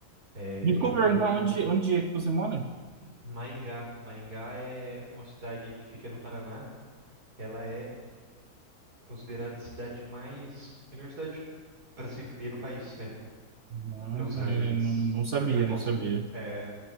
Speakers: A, on the right; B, on the right.
A: É,
B: Desculpa
A: eu já morei
B: perguntar
A: em outros
B: onde,
A: lu-
B: onde é que você mora?
A: Maringá. Maringá é uma cidade que fica no Paraná. Ela é considerada a cidade mais, melhor cidade para se viver no país, né?
B: Não,
A: nos rankings.
B: é, não, não sabia,
A: Já foi consi-
B: não sabia.
A: é,